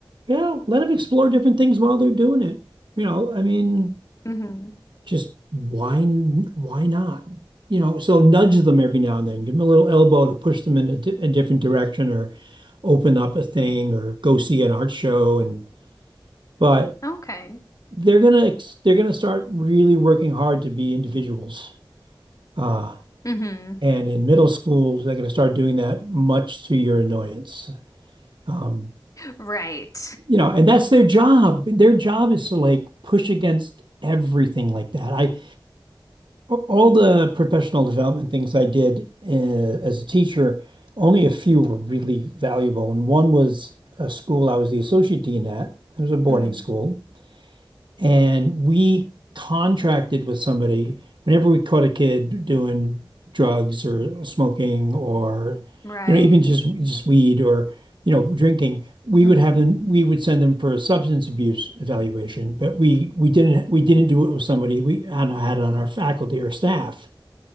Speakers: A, on the right; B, on the left.
A: yeah, let them explore different things while they're doing it. You know, I mean,
B: hmm
A: just why n- why not? You know, so nudge them every now and then, give them a little elbow to push them in a, di a different direction or open up a thing or go see an art show and but
B: Okay.
A: they're gonna ex- they're gonna start really working hard to be individuals. Uh,
B: hmm
A: and in middle school, they're gonna start doing that much to your annoyance. Um,
B: Right.
A: you know, and that's their job. Their job is to like push against everything like that. I all the professional development things I did uh, as a teacher, only a few were really valuable, and one was a school I was the associate dean at. It was a boarding
B: <laughs> hmm
A: school, And we contracted with somebody whenever we caught a kid doing drugs or smoking or,
B: Right.
A: you know, even just just weed or, you know, drinking, we
B: hmm
A: would have them, we would send them for a substance abuse evaluation. But we we didn't we didn't do it with somebody we had had on our faculty or staff,